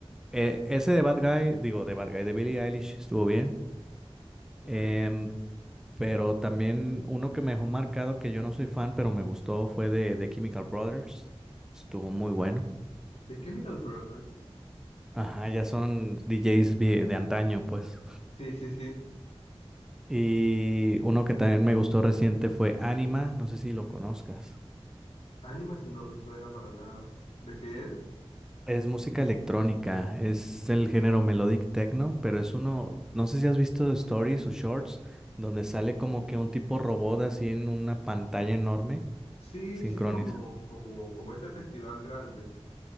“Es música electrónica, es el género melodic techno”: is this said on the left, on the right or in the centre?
Centre